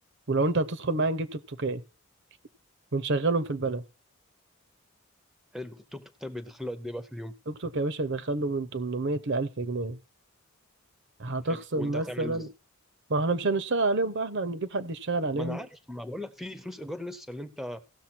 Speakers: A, on the right; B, in the centre.
A: ولو انت هتدخل معايا نجيب توك توكين ونشغلهم في البلد
B: حلو التوك توك طيب بيدخله قد ايه بقى في اليوم
A: توك توك يا باشا يدخل له من 800 ل 1000 جنيه هتخصم
B: حلو وانت
A: مثلا
B: هتعمل
A: ما احنا مش هنشتغل عليهم بقى احنا هنجيب حد يشتغل عليهم
B: ما انا عارف ما بقول لك في فلوس ايجار لسه اللي انت